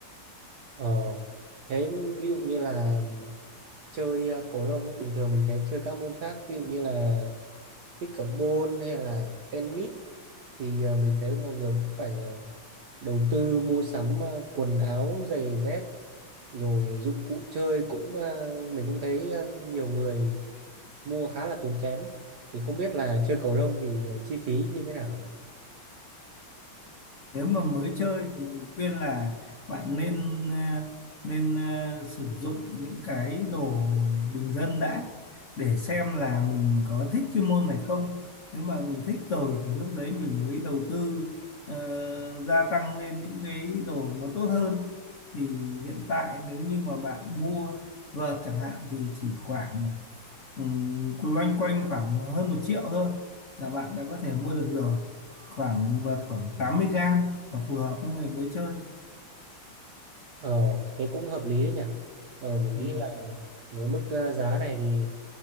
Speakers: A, on the right (about 60°); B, on the left (about 45°).
A: Ờ, thế ví dụ như là chơi ờ, cầu lông ấy, bình thường mình thấy chơi các môn khác, ví dụ như là pickleball hay là tennis thì ờ, mình thấy mọi người cũng phải ờ, đầu tư mua sắm ờ, quần áo, giày dép rồi dụng cụ chơi cũng ờ, mình cũng thấy ờ, nhiều người mua khá là tốn kém ấy. Thì không biết là chơi cầu lông thì ờ, chi phí như thế nào vậy?
B: nếu mà mới chơi thì mình khuyên là bạn nên ờ, nên ờ, sử dụng những cái đồ bình dân đã để xem là mình có thích cái môn này không nếu mà mình thích rồi thì lúc đấy mình mới đầu tư ờ, gia tăng lên những cái đồ nó tốt hơn thì hiện tại nếu như mà bạn mua vợt chẳng hạn thì chỉ khoảng Ừm, loanh quanh khoảng hơn một triệu thôi là bạn đã có thể mua được rồi khoảng vợt khoảng 80 gram là phù hợp với người mới chơi
A: Ờ, thế cũng hợp lý đấy nhỉ. Ờ, mình
B: Ừm,
A: nghĩ là với mức ờ, giá này thì